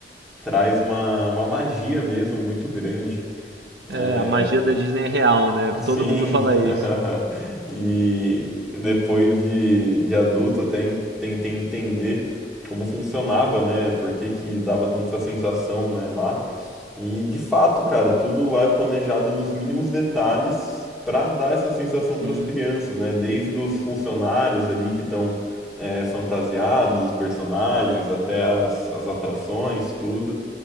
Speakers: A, in the centre; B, on the right.
A: traz uma, uma magia mesmo muito grande.
B: É,
A: É,
B: a magia da Disney é real, né?
A: assim,
B: Todo mundo fala isso.
A: <laughs> e depois de, de adulto até tentei entender como funcionava, né? Por que, que dava tanto essa sensação, né, lá. E de fato, cara, tudo lá é planejado nos mínimos detalhes para dar essa sensação
B: Sim,
A: para as crianças, né? Desde os funcionários ali que estão é, fantasiados, os personagens, até as, as atrações, tudo.